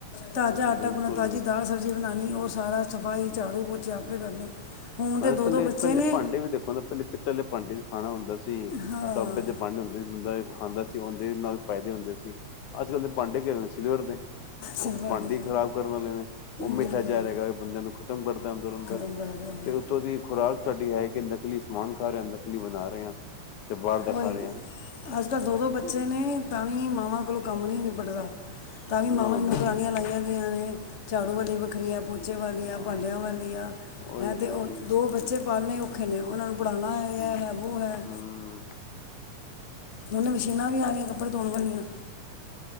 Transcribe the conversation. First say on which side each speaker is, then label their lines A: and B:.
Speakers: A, on the left; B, on the left.
A: ਤਾਜ਼ਾ ਆਟਾ
B: ਬਿਲਕੁਲ
A: ਕੋਣ ਤਾਜ਼ੀ ਦਾਲ ਸਬਜ਼ੀ ਬਣਾਣੀ ਔਰ ਸਾਰਾ ਸਫ਼ਾਈ ਝਾੜੂ ਪੋਚੇ ਆਪੇ ਕਰਨੇ
B: ਹੁਣ
A: ਤੇ ਦੋ
B: ਪਹਿਲੇ
A: ਦੋ ਬੱਚੇ
B: ਪਹਿਲੇ
A: ਨੇ
B: ਭਾਂਡੇ ਵੀ ਦੇਖੋ ਪਹਿਲੇ ਪਹਿਲੇ ਭਾਂਡੇ ਖਾਣਾ ਹੁੰਦਾ ਸੀ ਤੁਸੀਂ
A: ਹਾਂ
B: ਤਾਂਬੇ ਤੇ ਭਾਂਡੇ ਹੁੰਦੇ ਸੀ ਬੰਦਾ ਖਾਂਦਾ ਸੀ ਉਹਦੇ ਨਾਲ ਫਾਇਦੇ ਹੁੰਦੇ ਸੀ ਅੱਜ ਕੱਲ ਦੇ ਭਾਂਡੇ ਘੇਰੇ ਨੇ ਸਿਲਵਰ ਦੇ ਉਸ
A: ਸਿਲਵਰ
B: ਭਾ‌‌ਡੇਂ
A: ਦੇ
B: ਖ਼ਰਾਬ ਕਰਨ ਵਾਲੇ ਨੇ ਉਹ ਮਿੱਠਾ
A: ਬਿਲਕੁਲ
B: ਜ਼ਹਿਰ ਹੈਗਾ ਬੰਦਿਆਂ ਨੂੰ ਖ਼ਤਮ ਕਰਦਾ ਅੰਦਰ ਅੰਦਰ
A: ਖਤਮ ਕਰ ਰਹੇ ਹਾਂ
B: ਉਹ ਦੀ ਖੁਰਾਕ ਸਾਡੀ ਹੈ ਕਿ ਨਕਲੀ ਸਮਾਨ ਖਾ ਰਹੇ ਹਾਂ, ਨਕਲੀ ਬਣਾ ਰਹੇ ਹਾਂ ਤੇ ਬਾਹਰ ਦਾ
A: ਈ
B: ਖਾ ਰਹੇ ਹਾਂ
A: ਅੱਜ ਕੱਲ੍ਹ ਦੋ ਦੋ ਬੱਚੇ ਨੇ ਤਾਂ ਵੀ ਮਾਵਾਂ ਕੋਲੋਂ ਕੰਮ ਨਹੀਂ ਨਹੀਂ ਨਿਬੜਦਾ ਤਾਂ ਵੀ ਮਾਵਾਂ
B: ਨਾ
A: ਨੇ
B: ਨਾ
A: ਨੁਕਰਾਨੀਆਂ
B: ਕਿੱਥੇ
A: ਲਾਈਆਂ ਗਈਆਂ ਨੇ ਝਾੜੂ ਵਾਲੀ ਵੱਖਰੀ ਆ ਪੋਚੇ ਵਾਲੀ
B: ਹਾਂ
A: ਆ ਭਾਂਡਿਆਂ ਵਾਲੀ ਆ
B: ਉਹ ਉਹੀ
A: ਹੈਂ
B: ਤੇ
A: ਅਤੇ ਉਹ ਦੋ ਬੱਚੇ ਪਾਲੇ ਔਖੇ ਨੇ ਉਹਨਾਂ ਨੂੰ ਪੜ੍ਹਾਉਣਾ ਹੈ ਇਹ
B: ਹਮ
A: ਹੈ ਉਹ ਹੈ
B: ਹਮ
A: ਹੁਨੇ ਮਸ਼ੀਨਾਂ ਵੀ ਆ ਰਹੀਆਂ ਕੱਪੜੇ ਧੋਣ ਵਾਲੀਆਂ